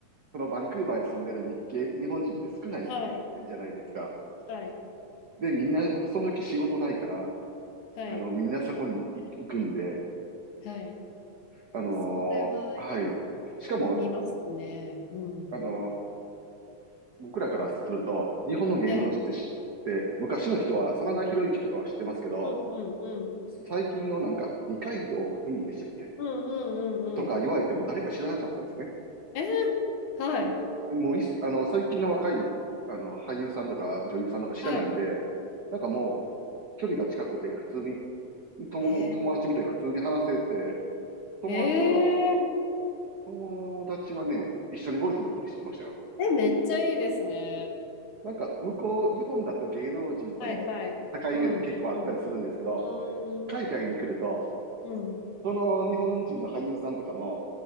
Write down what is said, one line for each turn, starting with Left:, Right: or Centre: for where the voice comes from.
Right: そのバンクーバーに住んでる日系、日本人って少ないじゃないですか。
Left: <laughs> はい。はい。
Right: で、みんな、その時仕事ないから、
Left: はい。
Right: あの、みんなそこに行行くんで、
Left: はい。
Right: あのーはい。
Left: それは
Right: しかも、
Left: 見ますね。うん。
Right: あのー僕らからすると、日本の芸能人って知って、
Left: はい。
Right: 昔の人は、真田広之とかは知ってますけど、
Left: うんうんうん。
Right: 最近のなんか、二階堂ふみでしたっけ
Left: うんうんうんうん。
Right: とか言われても誰か知らなかったんですね。
Left: えはい。
Right: もういっす、あの、最近の若い、あの、俳優さんとか女優さんとか知らないんで、
Left: はい。
Right: なんかも距離が近くて普通に、友友達みたいに普通に話せて、
Left: へ
Right: 友達とか、
Left: え。えー。
Right: 友達はね、一緒にゴルフ行ったりしてましたよ。
Left: え、めっちゃいいですね。
Right: なんか、向こう、日本だと芸能人との
Left: はいはい。
Right: 境目って結構あったりするんですけど、
Left: うん。うん。うーん。
Right: 海外に来ると、
Left: うん。
Right: その日本人の俳優さんとかも、